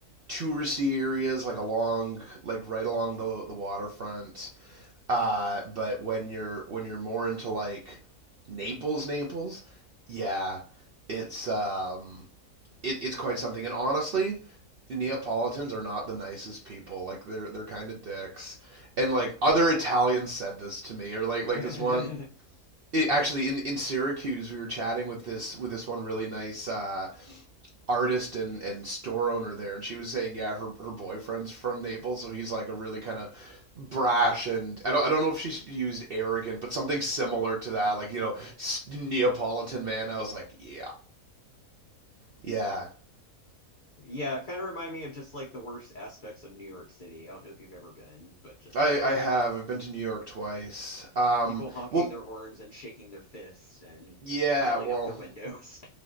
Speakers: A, on the right; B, on the left.
A: touristy areas like along like right along the the waterfront uh but when you're when you're more into like Naples, Naples, yeah, it's um, it, it's quite something. And honestly, Neapolitans are not the nicest people. Like they're they're kind of dicks. And like other Italians said this to me, or like
B: Yeah,
A: like this one. It, actually in, in Syracuse we were chatting with this with this one really nice uh, artist and, and store owner there and she was saying yeah her her boyfriend's from Naples so he's like a really kind of brash and I don't I don't know if she used arrogant but something similar to that like you know Neapolitan man I was like yeah yeah
B: kind of remind me of just like the worst aspects of New York City. I don't know if you've ever been, but just
A: I
B: like
A: I have I've been to New York twice um
B: people honking
A: well
B: their horns and shaking their fists and
A: yeah
B: yelling
A: well
B: out their windows.